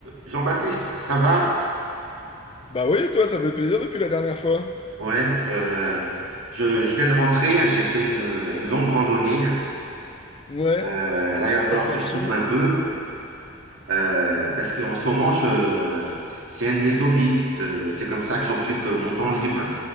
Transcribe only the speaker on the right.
Jean-Baptiste, ça va?
Ouais, euh, je, je viens de rentrer, hein, j'ai fait une, une longue randonnée.
Euh, là,
il va falloir
que je souffle un peu euh, parce qu'en ce moment, je, c'est un de mes hobbies. De, c'est comme ça que j'occupe mon temps libre.